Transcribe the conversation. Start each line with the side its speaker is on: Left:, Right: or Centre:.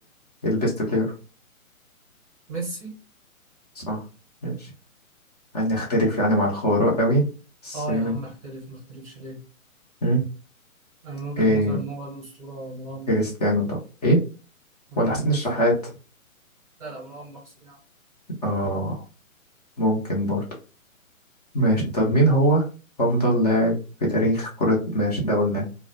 Left: بالبيست بلاير
Right: ميسي
Left: صح ماشي هنختلف يعني مع الخبراء قوي بس
Right: اه
Left: ماشي.
Right: يا عم اختلف ما اختلفش ليه
Left: مم.
Right: انا من وجهة
Left: إيه
Right: نظري ان هو الاسطوره مروان
Left: كريستيانو
Right: محسن
Left: طب إيه
Right: مروان
Left: ولا حسين
Right: محسن
Left: الشحات؟
Right: لا لا مروان محسن يعني
Left: آه ممكن برضه ماشي طب مين هو أفضل لاعب في تاريخ كرة ماشي ده قلناه